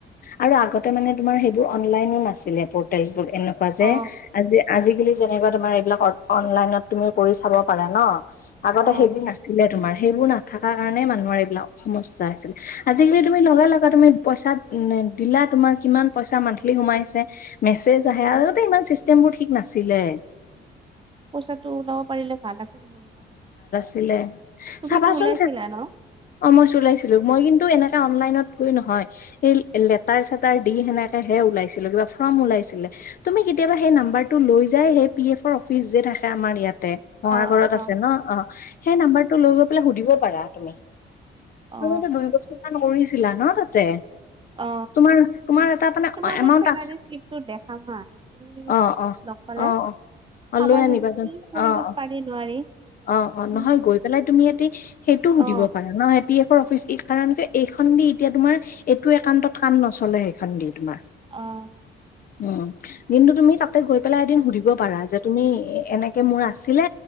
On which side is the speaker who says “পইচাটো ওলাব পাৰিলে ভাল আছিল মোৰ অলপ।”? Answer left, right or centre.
Right